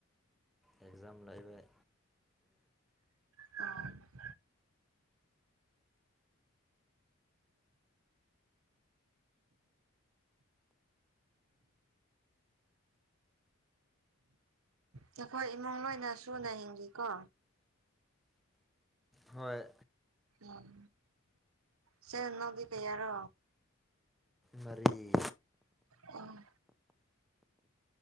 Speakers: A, in the centre; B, on the right.
A: ꯑꯦꯛꯖꯝ ꯂꯩꯕꯩ
B: <inaudible> ꯅꯈꯣꯏ ꯏꯃꯨꯡ ꯂꯣꯏꯅ ꯁꯨꯅ ꯍꯤꯡꯂꯤꯀꯣ
A: ꯍꯣꯏ
B: ꯎꯝ ꯆꯤꯜ ꯏꯅꯥꯎꯗꯤ ꯀꯌꯥꯔꯣ
A: ꯃꯔꯤ
B: ꯑꯣ